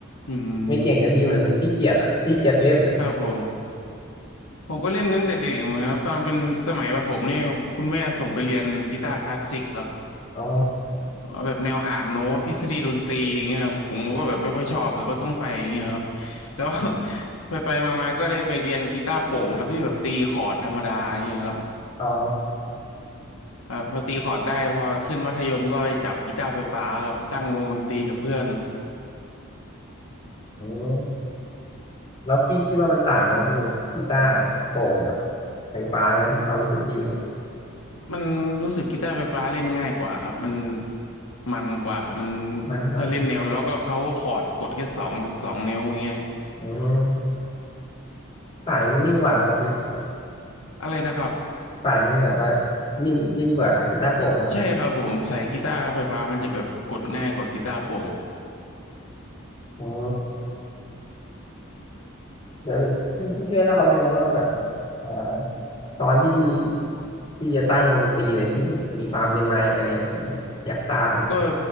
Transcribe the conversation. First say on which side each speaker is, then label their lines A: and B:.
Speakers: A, on the left; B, on the left.
A: อืม
B: ไม่เก่งอะพี่เหมือนผมขี้เกียจอะขี้เกียจเล่นอะ
A: ครับผมผมก็เล่นตั้งแต่เด็กเหมือนกันครับตอนเป็นสมัยประถมนี่คุณแม่ส่งไปเรียนกีตาร์คลาสสิกครับ
B: <laughs> อ๋อ
A: เอาแบบแนวอ่านโน้ตทฤษฎีดนตรีอย่างเงี้ยครับผมก็แบบไม่ค่อยชอบแต่ก็ต้องไปอย่างเงี้ยครับแล้ว <laughs> ไปไปมาๆก็ได้ไปเรียนกีตาร์โปร่งครับที่แบบตีคอร์ดธรรมดาอย่างเงี้ยครับ
B: อ๋อ
A: อ่าพอตีคอร์ดได้พอขึ้นมัธยมก็ไปจับกีตาร์ไฟฟ้าครับตั้งวงดนตรีกับเพื่อน
B: โอืมแล้วพี่คิดว่ามันต่างไหมครับพี่แบบกีตาร์โปร่งกับไฟฟ้าไงพี่ความรู้สึกพี่ครับ
A: มันรู้สึกกีตาร์ไฟฟ้าเล่นง่ายกว่าครับมันมันกว่ามัน
B: มันกว่า
A: ถ้าเล่นแนวแล้วก็เพาคอร์ดกดแค่สองสองนิ้วอย่างเงี้ย
B: อืมสายมันนิ่มกว่าป่ะครับพี่
A: อะไรนะครับ
B: สายมันแบบว่านิ่มนิ่มกว่ากีตาร์โปร่งครับ
A: ใช่ครับผมใส่กีตาร์ไฟฟ้ามันจะแบบกดง่ายกว่ากีตาร์โปร่ง
B: อ๋อเดี๋ยวเดี๋ยวพี่พี่ช่วยเล่าได้ไหมว่าแบบเอ่อตอนที่พี่จะตั้งวงดนตรีเนี่ยพี่มีความเป็นมายังไงครับผมอยากทราบนะครับ
A: ก็